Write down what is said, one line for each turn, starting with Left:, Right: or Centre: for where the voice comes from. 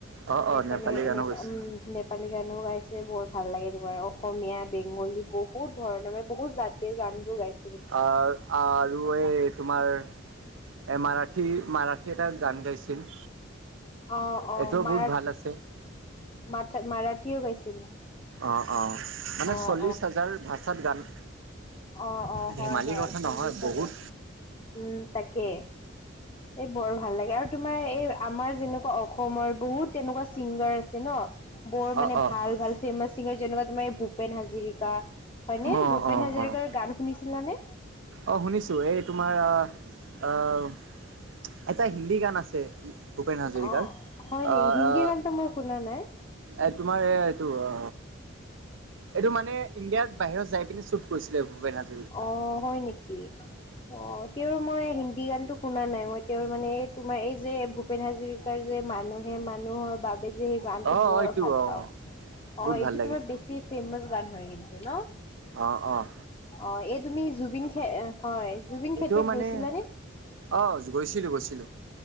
Right: অ',
Left: নেপালী
Right: অ', গানো
Left: নে
Right: গৈছে
Left: উম নেপ নেপালী গানো গাইছে বৰ ভাল লাগে তোমাৰ অসমীয়া বেংগলী বহুত ধৰণৰ বহুত জাত এই গান বোৰ গাইছ
Right: আ আৰু এই তোমাৰ এ মাৰাঠী মাৰাঠী এটা গান গাইছিল
Left: অ অ
Right: এইটোও
Left: মাৰা
Right: বহুত ভাল আছে
Left: মাথা মাৰাঠীও গাইছিল
Right: অ অ মানে
Left: অ',
Right: চল্লিশ হাজাৰ ভাচাত গান
Left: অঁ অঁ
Right: ধেমালি
Left: হয় হয়
Right: কথা
Left: চল্লিছ
Right: নহয়
Left: হাজাৰ
Right: বহুত
Left: উম তাকে এই বৰ ভাল লাগে আৰু তোমাৰ এই আমাৰ যেনেকুৱা অসমৰ বহুত তেনেকুৱা ছিংগাৰ আছে ন বৰ মানে
Right: অ', অ',
Left: ভাল
Right: অ',
Left: ভাল ফেমাচ ছিংগাৰ যেনেকুৱা তোমাৰ ভূপেন হাজিৰিকা হয়নে
Right: অ',
Left: ভূপেন
Right: অ',
Left: হাজৰিকাৰ
Right: অ',
Left: গান শুনিছিলানে
Right: অ শুনিছো এই তোমাৰ আহ আহ এটা হিন্দী গান আছে ভূপেন হাজৰিকাৰ
Left: অ হয় নি
Right: অ
Left: হিন্দী
Right: অ
Left: গানটো মই শুনা নাই
Right: এ তোমাৰ এই এইটো অ এইটো মানে ইণ্ডিয়াত বাহিৰত যাই পিনে চুট কৰিছিলে ভূপেন হাজ
Left: অ হয় নিকি অ তেওঁৰ মই হিন্দী গানতো শুনা নাই মই তেওঁৰ মানে এই তোমাৰ এই যে ভুপ ভূপেন হাজৰিকাৰ যে মানুহে মানুহৰ বাবে সেই গানটো
Right: অ',
Left: বৰ
Right: এইটো
Left: ভাল
Right: অ'।
Left: পাওঁ অ
Right: বহুত
Left: এইটো
Right: ভাল লাগে
Left: তোমাৰ বেছি ফেমাচ গান হয় কিন্তু ন
Right: অঁ অঁ
Left: অ এই তুমি জুবিন খে হয় জুবিন ক্ষেত্ৰত
Right: এইটোও মানে
Left: গৈছিলানে
Right: অ গৈছিলো গৈছিলো